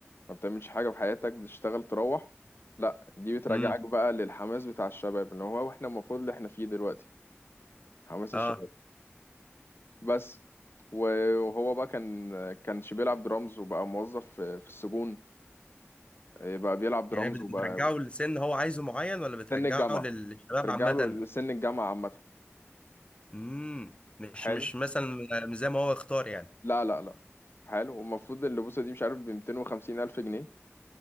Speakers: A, on the left; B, on the left.
A: ما بتعملش حاجه في حياتك بتشتغل تروح لا دي بترجعك
B: امم
A: بقى للحماس بتاع الشباب اللي هو احنا المفروض اللي احنا فيه دلوقتي حماس
B: اه
A: الشباب بس و- وهو بقى كان كانش بيلعب درامز وبقى موظف في في السجون إيه، بقى بيلعب درامز
B: يعني بت-
A: وبقى
B: بترجعه لسن هو عايزه معين ولا بترجعه
A: سن الجامعه
B: للشباب
A: ترجع
B: عامه
A: له لسن الجامعه عامه
B: امم مش
A: حلو
B: مش مثلا مش زي ما هو اختار يعني
A: لا لا لا حلو والمفروض اللبوسة دي مش عارف ب 250 ألف جنيه